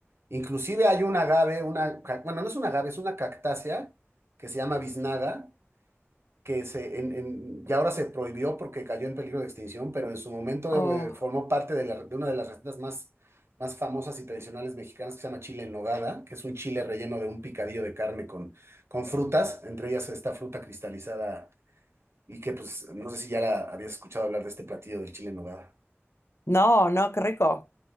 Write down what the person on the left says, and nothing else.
Oh,
no, no, qué rico,